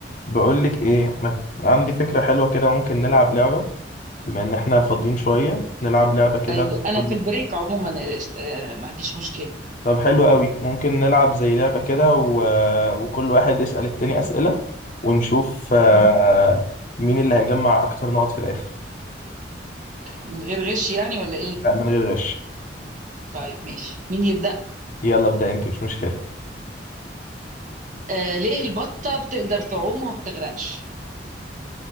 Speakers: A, on the left (about 45°); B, on the right (about 45°).
A: بقولك ايه ما... عندي فكرة حلوة كده ممكن نلعب لعبة بما ان احنا فاضيين شوية نلعب لعبة كده
B: أيوة.
A: وكل-
B: انا في البريك عموما آه، است- آه، ما عنديش مشكله
A: طب حلو قوي ممكن نلعب زي لعبة كده و... وكل واحد يسأل التاني أسئلة ونشوف آه،
B: مم.
A: مين اللي هيجمع اكتر نقط في الاخر
B: من غير غش يعني ولا ايه
A: لا من غير غش
B: طيب ماشي مين يبدا
A: يلا ابدأ انت مش مشكلة
B: آه ليه البطه بتقدر تعوم وما بتغرقش